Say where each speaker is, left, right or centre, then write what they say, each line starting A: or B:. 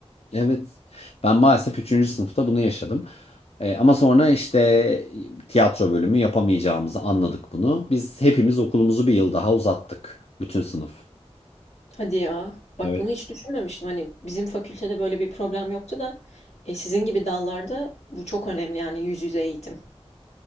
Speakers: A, on the left; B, on the left.
A: Evet. Ben maalesef üçüncü sınıfta bunu yaşadım. Ee, ama sonra işte tiyatro bölümü yapamayacağımızı anladık bunu. Biz hepimiz okulumuzu bir yıl daha uzattık. Bütün sınıf.
B: Hadi ya. Bak
A: Evet.
B: bunu hiç düşünmemiştim. Hani bizim fakültede böyle bir problem yoktu da e, sizin gibi dallarda bu çok önemli yani yüz yüze eğitim.